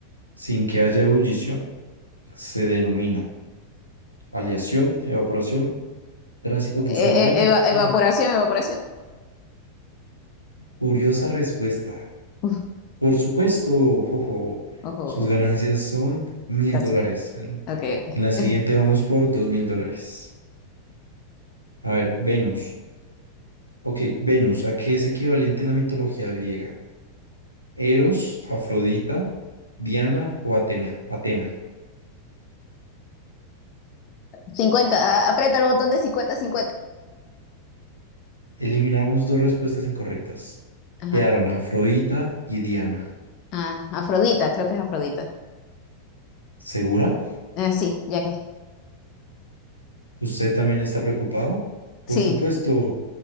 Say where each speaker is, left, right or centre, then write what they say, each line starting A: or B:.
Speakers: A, on the left; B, on the left.
A: sin que haya ebullición se denomina Aleación, evaporación, tránsito, fusión.
B: Eh,
A: Dale,
B: eh, eva- evaporación,
A: dale.
B: evaporación.
A: Curiosa respuesta.
B: Uf,
A: Por supuesto, jojo.
B: ojo,
A: Sus ganancias son mil
B: casi.
A: dólares. En
B: Ok, ok.
A: en la siguiente vamos por dos mil dólares. A ver, Venus. Ok, Venus, ¿a qué es equivalente en la mitología griega? Eros, Afrodita, Diana o Atena. Atena.
B: cincuenta a- aprieta el botón de cincuenta cincuenta
A: Eliminamos dos respuestas incorrectas.
B: Ajá.
A: Quedaron Afrodita y Diana.
B: Ah, Afrodita, creo que es Afrodita.
A: ¿Segura?
B: Eh, sí, ya que.
A: ¿Usted también está preocupado? Por
B: Sí.
A: supuesto,